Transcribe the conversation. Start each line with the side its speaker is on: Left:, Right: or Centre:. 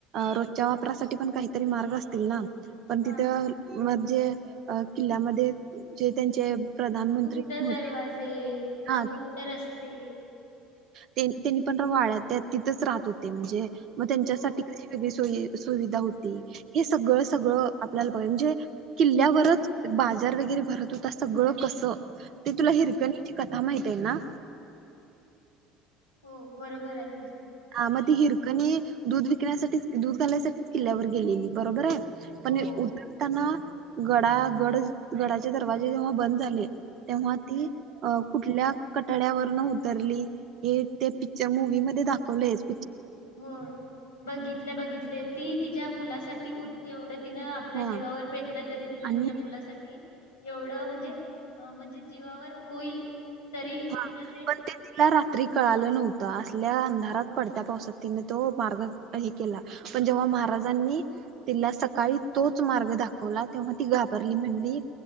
Right: रोजच्या वापरासाठी पण काहीतरी मार्ग असतील ना.. पण तिथं
Left: हा
Right: म- जे अ किल्ल्यामध्ये जे अ त्यांचे- प्रधानमंत्री
Left: गुप्त
Right: होते
Left: दरवाजे.. किंवा
Right: हा
Left: गुप्त रस्ते..
Right: त्या-त्यांनी पण वाड्या त्या-आ तिथंच राहत होते म्हणजे. मग त्यांच्यासाठी
Left: हो
Right: कशी वेगळी सोयी येईल. सुविधा होती हे सगळं... सगळं... आपल्याला बघ म्हणजे किल्ल्यावरच बाजार वगैरे भरत होता... सगळं कसं. ते तुला हिरकणीची कथा - माहितीय ना.
Left: हो बरोबर आहे तुझं.
Right: हा मग ती हिरकणी दूध विकण्यासाठीच दूध घालायसाठीच किल्ल्यावर गेलेली बरोबर हायं. पण
Left: हो
Right: अ उदरताना... गाडा गड गडाचे दरवाजे जेव्हा बंद झाले तेव्हा ती कुठल्या कटड्यावरन उतरली हे ते पिक्चर मुव म दाख कॉलेज
Left: हो बघितले बघितले ती तिच्या मुला साठी होते एवढे तिनं आपल्या
Right: हा
Left: जीवावर बेतलं तरी तिनं
Right: आणि
Left: तिच्या मुलासाठी- एवढं म्हणजे अ म्हणजे जीवावर होईल.. तरी
Right: हा
Left: तिनं
Right: पण ते तिला रात्री कळालं नव्हतं असल्या अंधारात पडत्या पावसात तिने तो मार्ग ही केला पण जेव्हा महाराजांनी तिला सकाळी तोच मार्ग दाखवला तेव्हा ती घाबरली म्हणली